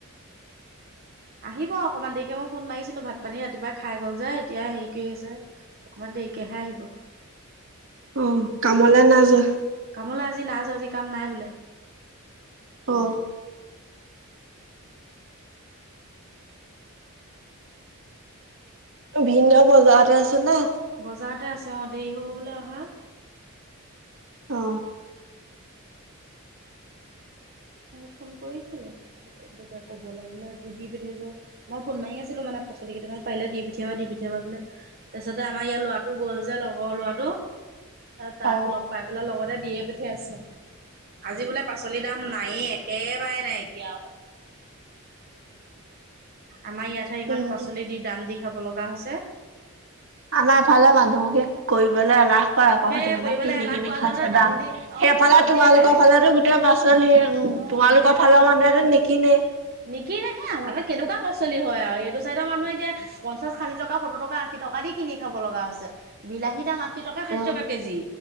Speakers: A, on the right; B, on the right.
A: আহিব অকমান দেৰিকে মই ফোন মাৰিছিলো ভাত পানী ৰাতিপুৱাই খাই গল যে এতিয়া হেৰি কৰি আছে অকমান দেৰিকেহে আহিব।
B: অ', কামলে নায় যোৱা?
A: কামোলৈ আজি নাই যোৱা আজি কাম নাই বোলে।
B: অ ভিনদেউ বজাৰতে আছে নে
A: বজাৰতে আছে অ দেৰি হ'ব বোলে অহা।
B: অহ
A: ফোন কৰিছিলে ক'বলৈ বোলে গ দি পঠাইছো। মই ফোন মাৰি আছিলো মানে পচলি কেইামান পাৰিলে দি পঠিয়াবা দি পঠিয়া বোলে তাৰিছতে আমাৰ ইয়াৰ লৰাটো গ'ল যে। লগৰ লোৱাটো।
B: <unintelligible>
A: তাক
B: অ',
A: লগ পাই পেলাই লগতে দিয়ে পিঠিয়াই আছে আজি বোলে পাচলি দাম নায়ে একেবাৰে নাইকিয়। আমাৰ ইয়াতহে ইমান
B: উম।
A: পাচলি দি দাম দি খাব লগা হৈছে।
B: আমাৰফালে মানুহকে কৰিবলৈ এলাহ আকৌ
A: সেই
B: সেইধ মানে
A: কৰিবলৈ
B: কিনি
A: এলাহ
B: কিনি
A: কৰা
B: খাইছে
A: যহতে
B: দাম
A: দি অ
B: সেইফালে
A: দাম
B: তোমালোকৰ
A: দিয়ে খাই লাগিলে
B: ফালে গোটেই পাচলি উ
A: অ
B: তোমালোকৰ
A: আমাৰ হাতত
B: ফালৰ মানুহ আৰু নিকিনে।
A: নিকিনেহে আমাৰ ন কেনেকুৱা পাচলি হয় আৰু এইটো চাই মানুহে এতিয়া পঞ্চা ষাঠি টকা সত্ত টকাশী টকা দি কিনি খাব লগা হৈছে বিলাহীৰ দাম আশী। শ ষাঠি
B: অ',
A: টকা কেজি